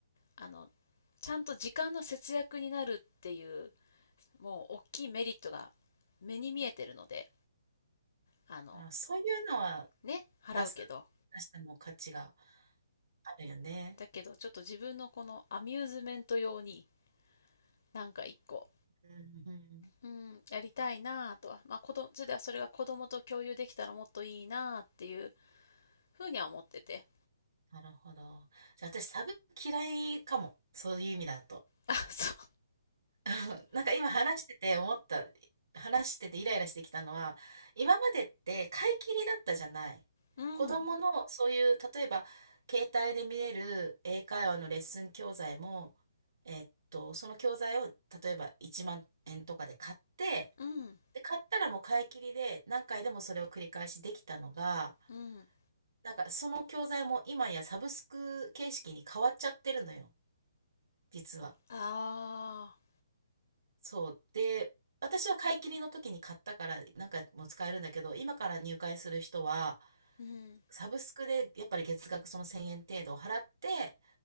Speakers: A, on the left; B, on the right.
A: あの、ちゃんと時間の節約になるっていう、もう大きいメリットが目に見えてるので、あの、
B: あ、そういうのは
A: ね、払うけど。
B: 出す出しても価値があるよね。
A: だけど、ちょっと自分のこのアミューズメント用に、なんか一個、
B: うんうん。
A: うん、やりたいなぁとは、まあ、子供、それではそれが子供と共有できたらもっといいなぁっていうふうには思ってて。
B: なるほど。じゃあ私、サブ嫌いかも、そういう意味だと。
A: あ、そ
B: <laughs> なんか今話してて思った、話しててイライラしてきたのは、今までって買い切りだったじゃない。
A: う。うん、
B: 子供のそういう、例えば携帯で見れる英会話のレッスン教材も、えっと、その教材を例えば1万円とかで買って、
A: うん、
B: で、買ったらもう買い切りで何回でもそれを繰り返しできたのが、
A: うん。
B: なんかその教材も今やサブスク形式に変わっちゃってるのよ、実は。
A: ああ、
B: そう。で、私は買い切りの時に買ったから、何回も使えるんだけど、今から入会する人は、
A: うん、
B: サブスクでやっぱり月額その1000円程度を払って、